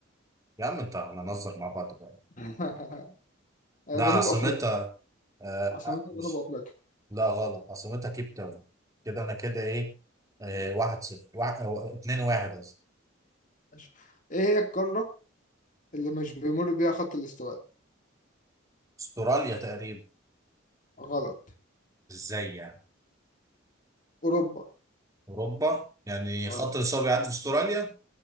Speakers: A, on the right; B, on the left.
A: يا عم انت هنهزر مع بعض بقى
B: مم. <laughs> آه،
A: لا
B: جنوب
A: عاصمتها
B: أفريقيا
A: آه لا
B: عاصمتها
A: مش
B: جنوب أفريقيا
A: لا غلط عاصمتها كيب تاون كده انا كده ايه آه واحد صفر واحد آه، اتنين واحد قصدي
B: ماشي إيه هي القارة اللي مش بيمر بيها خط الاستواء
A: استراليا تقريبا
B: غلط
A: ازاي يعني
B: أوروبا
A: اوروبا يعني خط
B: أه
A: الاصابه بيعدي في استراليا